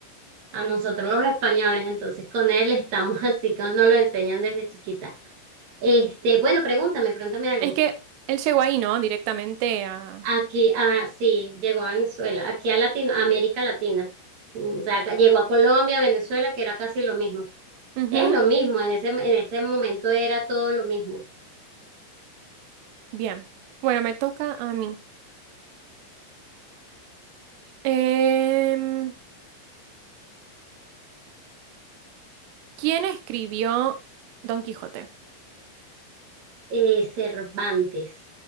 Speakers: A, on the right; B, on the right.
A: A nosotros los españoles, entonces con él estamos <laughs> así, con, nos lo enseñan desde chiquita. Este, bueno, pregúntame, pregúntame algo.
B: es que él llegó ahí, ¿no? Directamente a...
A: Aquí, ah, sí, llegó a Venezuela, aquí a Latino, a América Latina. Mm, O sea, llegó a Colombia, Venezuela, que era casi lo mismo.
B: Ujú.
A: Es lo mismo, en ese, en ese momento era todo lo mismo.
B: Bien. Bueno, me toca a mí. Em, ¿quién escribió Don Quijote?
A: Eh, Cervantes,